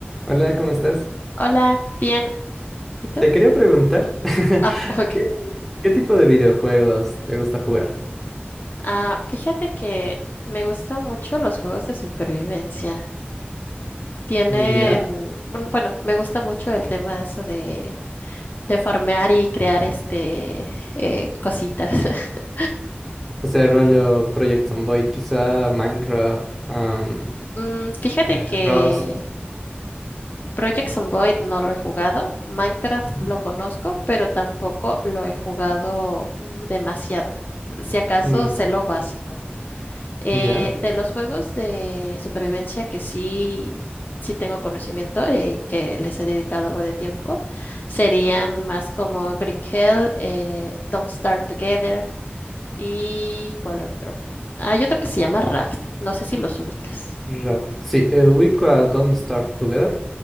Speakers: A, in the centre; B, on the left.
A: Hola, ¿cómo estás?
B: Hola, bien. ¿Y tú?
A: Te quería preguntar, <laughs>
B: Ah, <laughs> ok.
A: ¿qué, qué tipo de videojuegos te gusta jugar?
B: Ah, fíjate que me gustan mucho los juegos de supervivencia. Tienen,
A: Mm, ¿Ya?
B: bueno, bueno, me gusta mucho el tema de eso de, de farmear y crear este eh, cositas. <laughs>
A: O sea, rollo Project Zomboid, quizá Minecraft, am,
B: Mm, fíjate
A: eh,
B: que
A: Rust.
B: Project Zomboid no lo he jugado, Minecraft
A: Ujú.
B: lo conozco, pero tampoco lo he jugado mm, demasiado. Si acaso
A: Mm,
B: sé lo básico. Eh,
A: ¿ya?
B: de los juegos de supervivencia que sí, sí tengo conocimiento y que les he dedicado algo de tiempo, serían más como Green Hell, eh, Don't Starve Together y ¿cuál otro? Hay otro que se llama Raft, no sé si los ubicas.
A: Ra- Sí, eh, ubico a Don't Start Together.